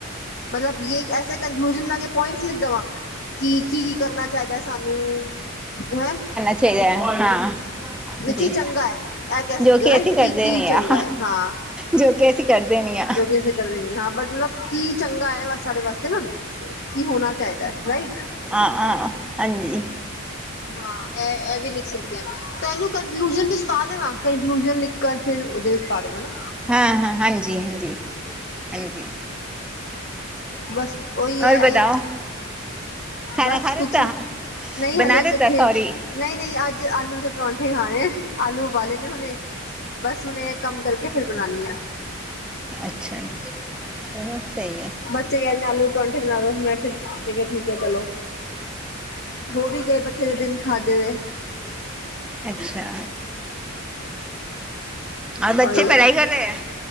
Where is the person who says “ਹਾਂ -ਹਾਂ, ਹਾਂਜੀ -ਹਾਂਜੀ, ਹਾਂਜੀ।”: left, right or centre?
Centre